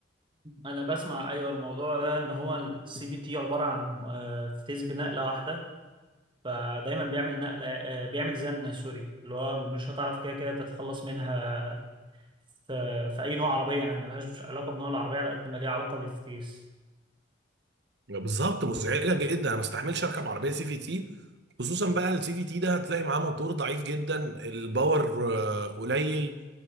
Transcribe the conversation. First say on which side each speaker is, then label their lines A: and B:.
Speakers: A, on the right (about 25°); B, on the right (about 60°).
A: انا بسمع ايوه الموضوع ده ان هو السي في تي عباره عن آه، فتيس بنقله واحده فدايما بيعمل نقله آه، بيعمل زن سوري اللي هو مش هتعرف كده كده تتخلص منها في, في اي نوع عربيه يعني ملهاش علاقه بنوع العربيه على قد ما ليها علاقه بالفتيس
B: بالظبط مزعجة جدا انا ما استحملش اركب عربية سي في تي خصوصا بقى السي في تي ده هتلاقي معاه موتور ضعيف جدا الباور آه، قليل